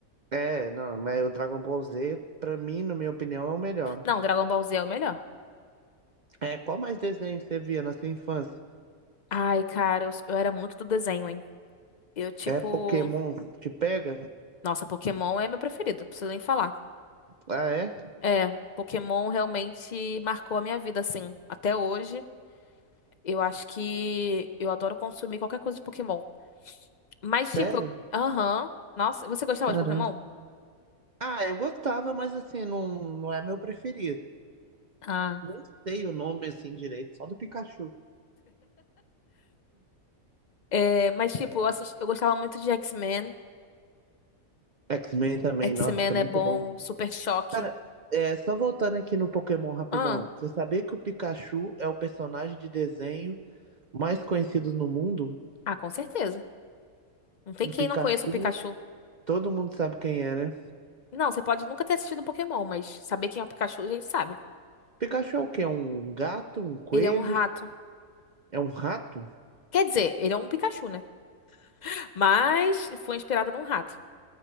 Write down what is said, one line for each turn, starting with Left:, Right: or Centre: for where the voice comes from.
Right: É, não, mas o Dragon Ball Z, pra mim, na minha opinião, é o melhor.
Left: Não, Dragon Ball Z é o melhor.
Right: É, qual mais desenho você via na sua infância?
Left: Ai, cara, eu, eu era muito do desenho, hein? Eu, tipo.
Right: É Pokémon te pega?
Left: Nossa, Pokémon é meu preferido, não preciso nem falar.
Right: Ah, é?
Left: É, Pokémon realmente marcou a minha vida, assim. Até hoje, eu acho que eu adoro consumir qualquer coisa de Pokémon. Mas, tipo,
Right: Sério?
Left: eu- aham. Nossa, você gostava
Right: Caramba.
Left: de Pokémon?
Right: Ah, eu gostava, mas assim, não, não é meu preferido.
Left: Ah.
Right: Nem sei o nome assim direito, só do Pikachu.
Left: É, mas, tipo, eu, assisti- eu gostava muito de X-Men.
Right: X-Men também,
Left: X-Men
Right: nossa, muito
Left: é bom,
Right: bom.
Left: Super Choque.
Right: Cara, é, só voltando aqui no Pokémon rapidão.
Left: Ah,
Right: Você sabia que o Pikachu é o personagem de desenho mais conhecido no mundo?
Left: ah, com certeza. Não tem
Right: O
Left: quem
Right: Pikachu,
Left: não conheça o Pikachu.
Right: todo mundo sabe quem é, né?
Left: Não, você pode nunca ter assistido Pokémon, mas saber quem é o Pikachu a gente sabe.
Right: Pikachu é o quê? É um gato, um coelho?
Left: Ele é um rato.
Right: É um rato?
Left: Quer dizer, ele é um Pikachu, né? Mas foi inspirado num rato.